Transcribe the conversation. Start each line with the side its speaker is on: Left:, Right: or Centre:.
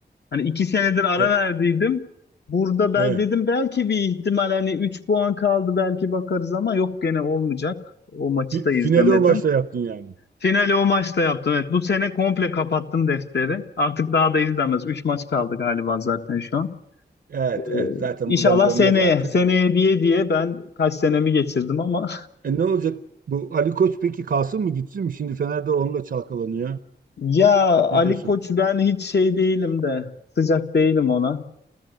Left: Hani iki senedir ara
Right: E,
Left: verdiydim. Burada
Right: e,
Left: ben dedim belki bir ihtimal hani 3 puan kaldı belki bakarız ama yok gene olmayacak. O maçı
Right: Fi-
Left: da izlemedim.
Right: Finali o maçla yaptın yani.
Left: Finali o maçta yaptım. Evet, bu sene komple kapattım defteri. Artık daha da izlemez. 3 maç kaldı galiba zaten şu an.
Right: Evet
Left: Ee,
Right: evet zaten
Left: İnşallah
Right: buradan dönmez
Left: seneye,
Right: artık.
Left: seneye diye diye ben kaç senemi geçirdim ama
Right: E ne olacak bu Ali Koç peki kalsın mı gitsin mi? Şimdi Fener'de onunla çalkalanıyor.
Left: <laughs> ya
Right: Ne
Left: Ali
Right: diyorsun?
Left: Koç ben hiç şey değilim de sıcak değilim ona.